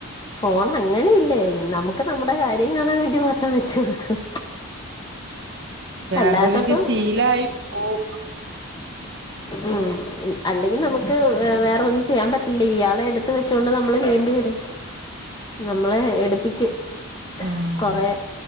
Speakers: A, on the left; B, on the right.
A: ഫോൺ അങ്ങനെ ഇല്ലേ നമുക്ക് നമ്മുടെ കാര്യം കാണാൻ വേണ്ടി മാത്രം വെച്ച് കൊടുക്കും. അല്ലാത്തപ്പം
B: അതൊരു ശീലായി പോവും
A: മ്മ് അല്ലെങ്കിൽ നമുക്ക് വേറൊന്ന് ചെയ്യാൻ പറ്റില്ല ഇയാളെ എടുത്ത് വെച്ചുകൊണ്ട് നമ്മള് ചെയ്യേണ്ടി വരും നമ്മളെ എടുപ്പിക്കും
B: ആഹ്
A: കൊ റ